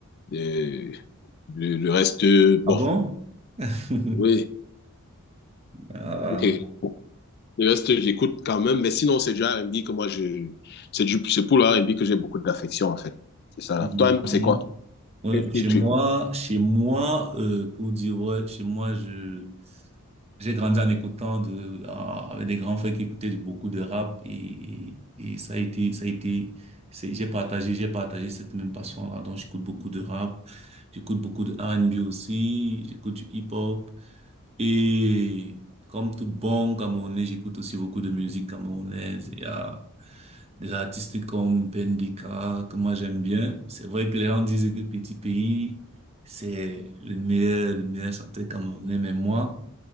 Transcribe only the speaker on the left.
Euh, le, le reste, euh, bon,
oui.
<laughs> Le reste, j'écoute quand même. Mais sinon, c'est du R&B que moi, je... C'est du... c'est pour le R&B que j'ai beaucoup d'affection, en fait. C'est ça,
là. Toi-même, c'est quoi?
Qu'est-ce
que tu
écoutes?